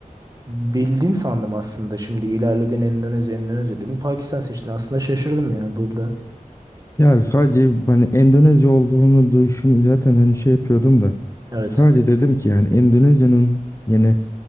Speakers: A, on the right; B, on the left.
A: bildin sandım aslında. Şimdi ilerledin Endonezya, Endonezya dedin. Pakistan seçtin. Aslında şaşırdım ya burada.
B: Ya sadece hani Endonezya olduğunu düşün zaten hani şey yapıyordum da
A: Evet.
B: sadece dedim ki yani Endonezya'nın yine